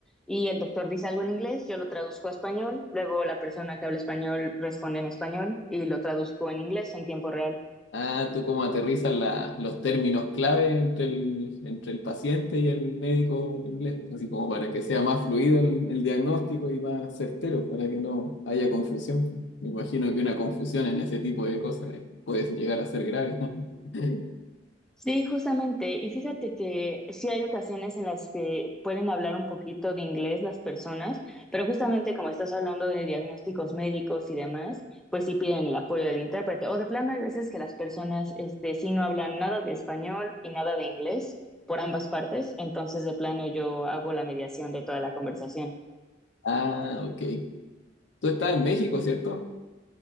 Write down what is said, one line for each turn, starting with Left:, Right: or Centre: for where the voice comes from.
Centre: y el doctor dice algo en inglés, yo lo traduzco a español, luego la persona que habla español responde en español y lo traduzco en inglés en tiempo real.
Left: Ah, tú cómo aterrizas la- los términos clave entre el, entre el paciente y el médico inglés, así como para que sea más fluido el, el diagnóstico y más certero, para que no haya confusión. pues. Me imagino que una confusión en ese tipo de cosas eh, puede llegar a ser grave. <laughs>
Centre: Sí, justamente. Y fíjate que sí hay ocasiones en las que pueden hablar un poquito de inglés las personas, pero justamente como estás hablando de diagnósticos médicos y demás, pues sí piden el apoyo del intérprete. O de plano hay veces que las personas, este, sí no hablan nada de español y nada de inglés por ambas partes, entonces de plano yo hago la mediación de toda la conversación.
Left: Ah, ok. Tú estás en México, ¿cierto?